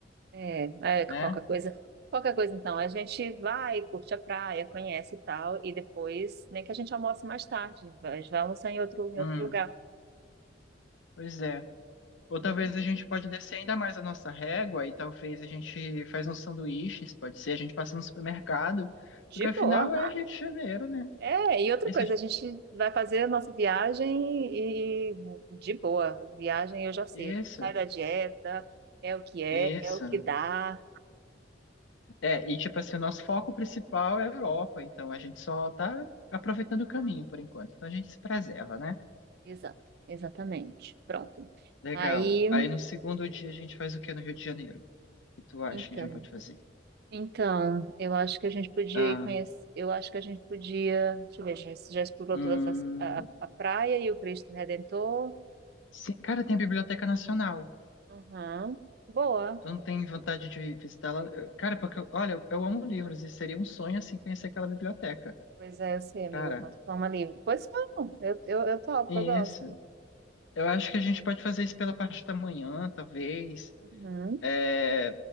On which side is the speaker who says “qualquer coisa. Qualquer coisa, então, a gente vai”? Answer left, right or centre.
Right